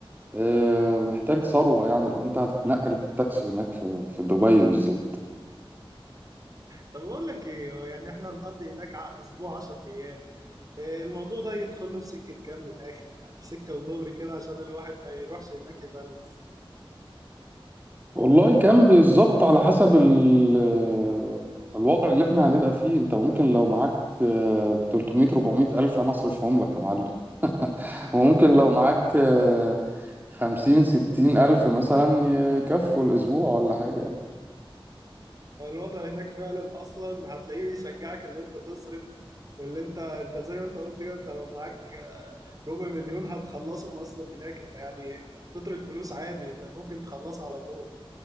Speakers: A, on the right; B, on the right.
A: آه، محتاج ثروة يعني لو أنت هتتنقل بالتاكسي هناك في في دبي بالذات
B: طب بقول لك ايه هو يعني احنا هنقضي هناك ع- اسبوع 10 ايام إيه الموضوع ده يدخل له في سكة كام من الآخر يعني في سكة ودغري كده عشان الواحد ما يروحش هناك يفلس
A: والله كان بالظبط على حسب ال- آه، الوضع اللي احنا هنبقى فيه أنت ممكن لو معاك آه، 300 400 ألف أنا أصرفهم لك يا معلم وممكن لو معاك آه، 50 60 ألف مثلا يكفوا الأسبوع ولا حاجة يعني
B: الوضع هناك فعلا أصلا هتلاقيه بيشجعك إن أنت تصرف واللي انت انت زي ما انت قلت كده انت لو معاك آه، ربع مليون هتخلصهم اصلا هناك انت يعني كتر الفلوس عادي ممكن تخلصها على طول